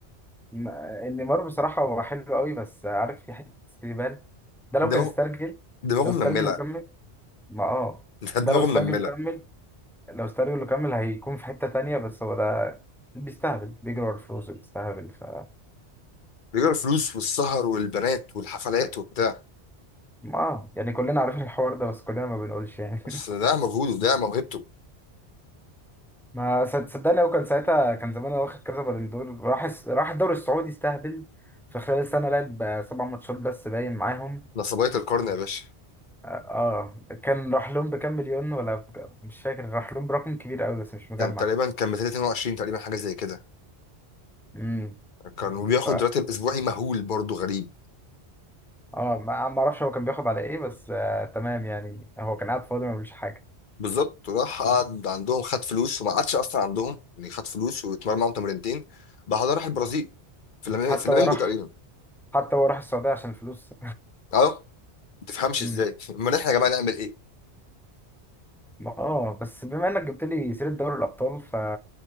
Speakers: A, in the centre; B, on the left.
A: م- نيمار بصراحة هو حلو قوي بس عارف في حتة استهبال ده لو
B: دماغه
A: كان استرجل
B: دماغه
A: لو استرجل
B: منمله
A: وكمل
B: <laughs>
A: ما اه
B: ده
A: ده
B: دماغه
A: لو استرجل
B: منمله
A: وكمل لو استرجل وكمل هيكون في حتة تانية بس هو ده بيستهبل بيجري ورا الفلوس بيستهبل ف
B: رجال الفلوس والسهر والبنات والحفلات وبتاع
A: ما آه. يعني كلنا عارفين الحوار ده بس كلنا ما بنقولش يعني
B: بس ده مجهوده ده موهبته
A: <laughs> ما صد- صدقني هو كان ساعتها كان زمان هو واخد كذا بالون دور راح الس- راح الدوري السعودي استهبل في خلال سنة لعب سبع ماتشات بس باين معاهم
B: نصبية القرن يا باشا
A: اه كان راح لهم بكام مليون ولا بك- مش فاكر راح لهم برقم كبير قوي بس مش مجمع
B: كان تقريبا كان 22 تقريبا حاجه زي كده
A: امم
B: كان وبياخد
A: ف
B: راتب اسبوعي مهول برضه غريب
A: اه ما ما اعرفش هو كان بياخد على ايه بس آه تمام يعني هو كان قاعد فاضي ما بيعملش حاجه
B: بالظبط راح قعد عندهم خد فلوس وما قعدش اصلا عندهم يعني خد فلوس واتمرن معاهم تمرينتين بعدها راح البرازيل في الفلامينجو
A: حتى
B: في الفلامينجو
A: هو راح
B: تقريبا
A: حتى هو راح السعوديه عشان الفلوس
B: اه ما تفهمش
A: <laughs> امم
B: ازاي <laughs> امال احنا يا جماعه نعمل ايه
A: ما- اه بس بما انك جبت لي سيره دوري الابطال ف